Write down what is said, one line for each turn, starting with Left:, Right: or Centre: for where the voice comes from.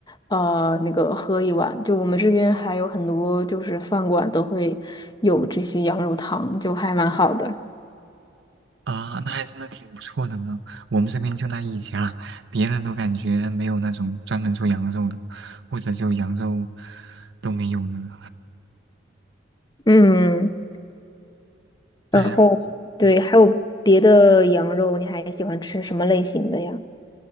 Left: 呃那个喝一碗。就我们这边还有很多就是饭馆都会有这些羊肉汤，就还蛮好的。
Right: 啊，那还真的挺不错的呢。我们这边就那一家，别人都感觉没有那种专门做羊肉的，或者就羊肉都没有呢。
Left: 嗯，然后对，
Right: 哎呀，嗯
Left: 还有别的羊肉，你还喜欢吃什么类型的呀？